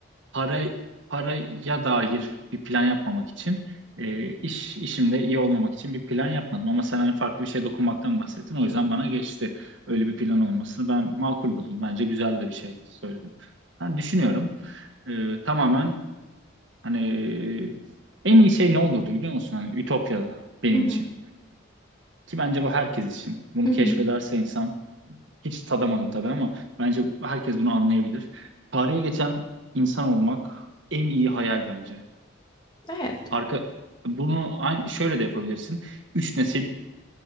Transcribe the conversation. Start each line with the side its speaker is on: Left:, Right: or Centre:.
Right: para paraya dair bir plan yapmamak için e, iş işimde iyi olmamak için bir plan yapmadım ama sen hani farklı bir şeye dokunmaktan bahsettin o yüzden bana geçti. Öyle bir plan olmasını ben makul buldum. Bence güzel de bir şey söyledim. Ben düşünüyorum. E, tamamen hani e, en iyi şey ne olurdu biliyor musun? Hani Ütopya'da benim
Left: Hı hı.
Right: için. Ki bence bu herkes için. Bunu
Left: Hı hı.
Right: keşfederse insan hiç tadamadım tabii ama bence herkes bunu anlayabilir. Tarihe geçen insan olmak en iyi hayal bence.
Left: Evet.
Right: Arka bunu aynı şöyle de yapabilirsin. Üç nesil